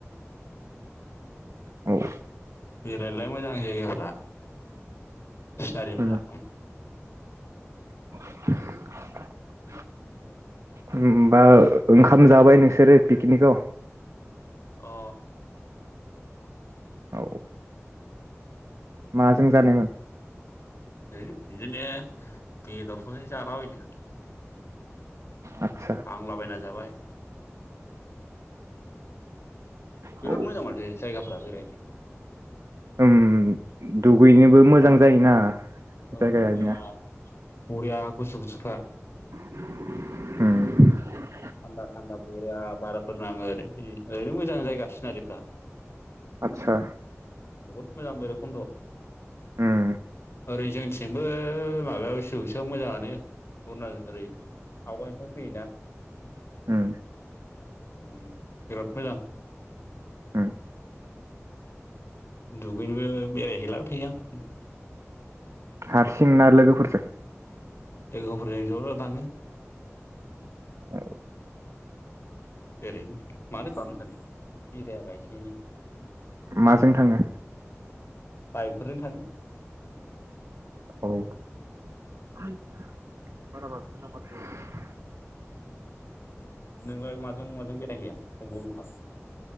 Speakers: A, on the right; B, on the left.
A: <inaudible> औ
B: बेरायनोलाय मोजां जायगाफ्रा सिनारिफ्रा।
A: उम <inaudible> होनबा ओंखाम जाबाय नोंसोरो पिकनिक आव?
B: अ।
A: औ। माजों जानायमोन?
B: होम बिदिनो बेदरफोरजों जालाबायदों।
A: आदसा
B: हांलाबायना जाबाय। बिराद
A: औ
B: मोजां मथो जायगाफ्रा बेरायनो।
A: ओम दुगैनोबो मोजां जायोना।
B: ओ
A: जायगाया
B: बरिया। बरिया‌ गुसु गुसु बा
A: <inaudible> ओम।
B: थान्दा थान्दा बरिया बारफोर नाङो ओरै ओरैनो मोजां जायगा सिनारिफ्रा।
A: आदसा
B: बहुत मोजां बैराखन्द'आव
A: ओम
B: ओरै जोंनिथिंबो माबायाव सौसोआव मोजाङानो। उरना ओरै आवगायनिफ्राय फैयोना।
A: ओम।
B: ओम बिराद मोजां।
A: ओम।
B: दुगैनोबो बेरायहैलाबाय थायो आं।
A: हारसिं ना लोगोफोरजों?
B: लोगोफोरजों ज' ज' थाङो।
A: औ
B: ओरैनो मानो खालामनो सानो बेरायाबा एसे एनै
A: माजों थाङो
B: बाइकफोरजों थाङो।
A: औ <unintelligible>
B: नोङो माजों माजों बेरायहैया? बहा बहा?